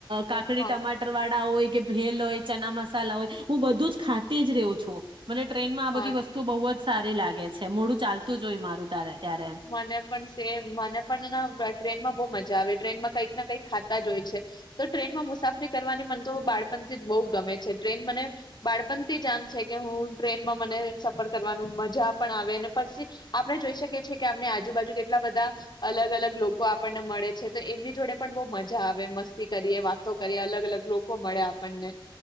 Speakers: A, on the right (about 70°); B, on the left (about 55°).
A: કાકડી
B: હા
A: ટમાટર વાળા હોય. કે ભેલ હોય, ચના મસાલા હોય. હું, બધુંજ ખાતીજ રહું છું. મને ટ્રેનમાં આ બધી
B: હા
A: વસ્તુ બોવજ સારી લાગે છે, મોડું ચાલતું જ હોય મારું તારે ત્યારે.
B: મને પણ સેમ, મને પણ ટ્રેનમાં બો મજા આવે, ટ્રેનમાં કંઈક ના કંઈક ખાતા જોય છે, તો ટ્રેનમાં મુસાફરી કરવાની મન તો બાળપણથી જ બહુ ગમે છે. ટ્રેન મને બાળપણથી જ આમ છે કે હું ટ્રેનમાં મને સફર કરવાનું મજા પણ આવે અને પછી આપણે જોઈ શકીએ છીએ કે આપને આજુબાજુ કેટલા બધા અલગ અલગ લોકો આપ કો આપણને મળે છે, તો એમની જોડે પણ બો મજા આવે, મસ્તી કરીએ, વાતો કરીએ, અલગ અલગ લોકો મળે આપણને